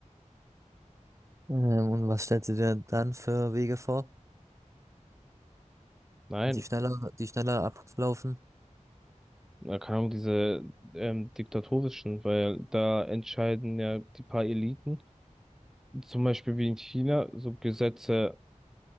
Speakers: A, on the right (about 25°); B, in the centre.
A: Ähm, und was stellst du dir dann für Wege vor?
B: Nein,
A: Die schneller, die schneller ablaufen.
B: Na, keine Ahnung, diese ähm, diktatorischen, weil da entscheiden ja die paar Eliten, zum Beispiel wie in China, so Gesetze